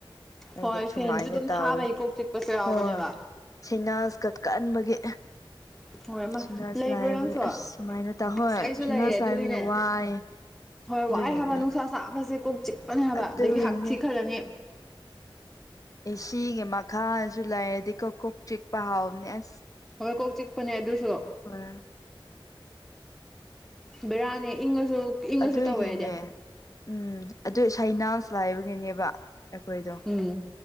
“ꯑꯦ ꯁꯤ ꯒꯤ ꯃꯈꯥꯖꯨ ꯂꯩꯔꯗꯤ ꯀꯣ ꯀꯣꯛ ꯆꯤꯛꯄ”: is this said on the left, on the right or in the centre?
Left